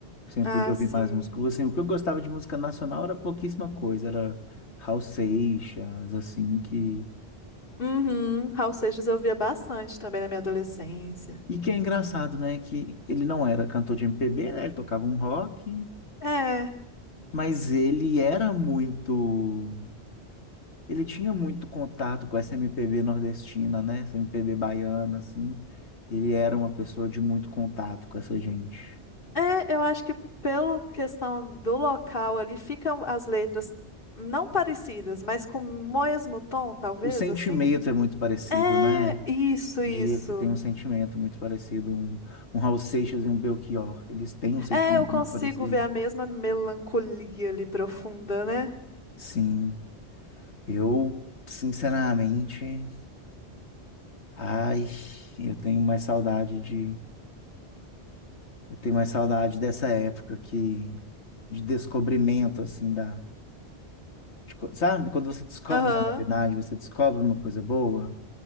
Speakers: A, on the left; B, on the left.
A: Sempre
B: Ah,
A: fui de ouvir
B: sim.
A: mais música. Assim, o que eu gostava de música nacional era pouquíssima coisa. Era Raul Seixas, assim, que...
B: Uhum. Raul Seixas eu via bastante também na minha adolescência.
A: E que é engraçado, né? Que ele não era cantor de MPB, né? Ele tocava um rock,
B: É.
A: mas ele era muito... ele tinha muito contato com essa MPB nordestina, né? Essa MPB baiana, assim. Ele era uma pessoa de muito contato com essa gente.
B: É, eu acho que pela questão do local ali, ficam as letras não parecidas, mas com o mesmo tom, talvez,
A: O sentimento
B: assim.
A: é muito parecido,
B: É,
A: né?
B: isso, isso.
A: Diria que tem um sentimento muito parecido. Um, um Raul Seixas e um Belchior. Eles têm um sentimento
B: É, eu consigo
A: muito parecido.
B: ver a mesma melancolia ali profunda, né?
A: Sim, eu, sinceramente, ai, eu tenho mais saudade de. Eu tenho mais saudade dessa época que, de descobrimento, assim, da Tipo, Sabe, quando você descobre
B: Aham.
A: uma novidade, você descobre uma coisa boa,